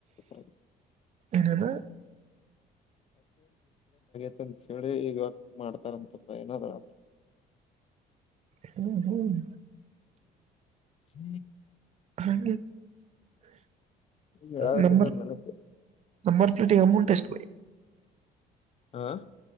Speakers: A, on the left (about 35°); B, on the right (about 40°).
A: <unintelligible>
B: ಏನೇನ
A: ಮಂತ್ ಹೇಳಿ ಇವಾಗ ಮಾಡ್ತಾರಂತಪ್ಪ ಏನಾದರ
B: ಹ್ಮ್ ಹ್ಮ್
A: ಹ್ಮ್
B: <unintelligible>
A: ಹೇಳಾಕತ್ತಿದ್ದ
B: ನ ನಂಬರ್
A: ನನಗ್
B: ಪ್ಲೇಟಗಮಟೆಸ್ ಭ
A: ಹಾ